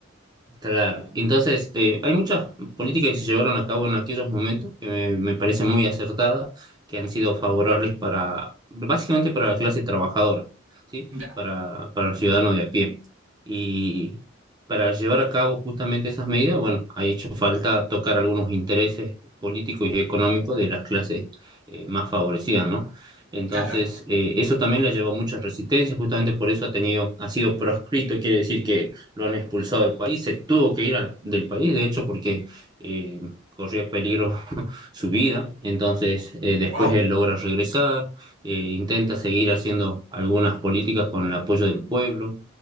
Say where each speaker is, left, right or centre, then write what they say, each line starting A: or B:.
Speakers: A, on the right (about 20°); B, on the right (about 75°).
A: Claro, entonces eh, hay muchas políticas que se llevaron a cabo en aquellos momentos que me, me parecen muy acertadas, que han sido favorables para, básicamente para la clase trabajadora, ¿sí?
B: Ya,
A: Para, para el ciudadano de a pie. Y para llevar a cabo justamente esas medidas, bueno, ha hecho falta tocar algunos intereses políticos y económicos de las clases eh, más favorecidas, ¿no? Entonces,
B: claro.
A: eh, eso también le llevó a muchas resistencias, justamente por eso ha tenido, ha sido proscrito, quiere decir que lo han expulsado del país, se tuvo que ir al- del país, de hecho, porque eh, corría peligro <laughs> su vida. Entonces, eh, después
B: Wow,
A: él logra regresar, eh, intenta seguir haciendo algunas políticas con el apoyo del pueblo.